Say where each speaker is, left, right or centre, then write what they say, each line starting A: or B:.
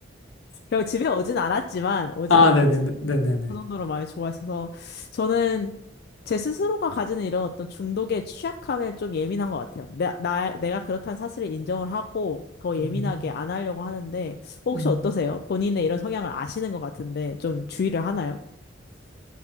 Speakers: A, on the left; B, on the left.
A: 그래서 집에 오진 않았지만 오지는
B: 아,
A: 않았지만
B: 네네네. 네네네.
A: 그 정도로 많이 좋아했어서 저는 제 스스로가 가지는 이런 어떤 중독의 취약함에 좀 예민한 것 같아요. 내, 나, 내가 그렇다는 사실을 인정을 하고 더
B: 음,
A: 예민하게 안 하려고 하는데 혹시
B: 음.
A: 어떠세요? 본인의 이런 성향을 아시는 것 같은데 좀 주의를 하나요?